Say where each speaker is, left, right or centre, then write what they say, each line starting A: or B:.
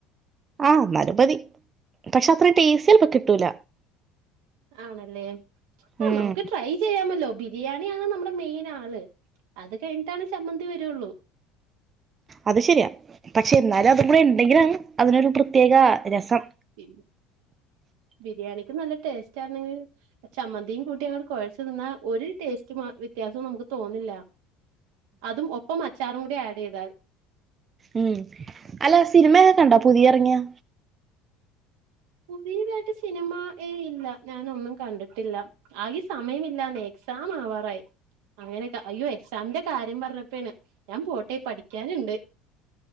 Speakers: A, on the right; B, on the right.
A: ആഹ് എന്നാലും മതി പക്ഷെ അത്ര ടേസി ചല്പ്പോ കിട്ടൂല
B: ആണല്ലേ ആ
A: ഉം
B: നമുക്ക് ട്രൈ ചെയ്യാമല്ലോ ബിരിയാണിയാണ് നമ്മുടെ മെയിൻ ആള് അത് കഴിഞ്ഞിട്ടാണ് സമ്മന്തി വരുുള്ളു
A: അത് ശരിയാ പക്ഷെ എന്നാലും അതും കൂടെ ഉണ്ടെങ്കിലും അതിനൊരു പ്രത്യേക രസം
B: പി ബിരിയാണി നല്ല ടേസ്റ്റ് ആണെങ്കിൽ ചമ്മന്തിയും കൂട്ടി അഞ കുഴച്ചു നിന്നാൽ ഒരു ടേസ്റ്റ് വ്യത്യാസവും നമുക്ക് തോന്നില്ല അതും ഒപ്പം അച്ചാറും കൂടി ആഡ് ചെയ്താൽ
A: ഉം അല്ല സിനിമൊക്കെ കണ്ടാ പുതിയ ഇറങ്ങിയാ
B: പുതിയതായിട്ട് സിനിമ ഇല്ല ഞാനൊന്നും കണ്ടിട്ടില്ല ആകെ സമയമില്ല നേ സാമ വറായ അങ്ങനെയൊക്കെ അയ്യോ എക്സാമിന്റെ കാര്യം പറഞ്ഞപ്പോാണ് ഞാൻ പോട്ടെ പഠിക്കാനുണ്ട് <inaudible>